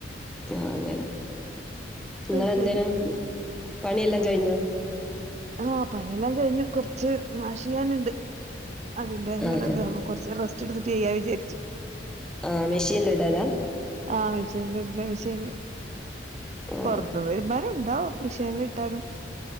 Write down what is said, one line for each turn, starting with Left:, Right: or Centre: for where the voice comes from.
Centre: ആ അങ്ങനെ
Right: അത്
Centre: നിങ്ങെന്തേന
Right: ശരി
Centre: പണിയെല്ലാം കഴിഞ്ഞു
Right: ആ പണിയെല്ലാം കഴിഞ്ഞു കൊറച്ച് വാഷ് ചെയ്യാനുണ്ട് അതില്ല ഇങ്ങനെല്ല
Centre: ആ ആ
Right: അപ്പൊ കൊറച്ച റെസ്റ്റ് എടുത്തിട്ട് ചെയ്യാ വിചാരിച്ചു
Centre: ആ മെഷീൻ ലടല്ല
Right: ആ മിഷി ഇുന്ന മിഷീൽ
Centre: ആ
Right: പുറത്ത് തിരുമ്പൻ ണ്ടാവും മഷീന ഇട്ടാലും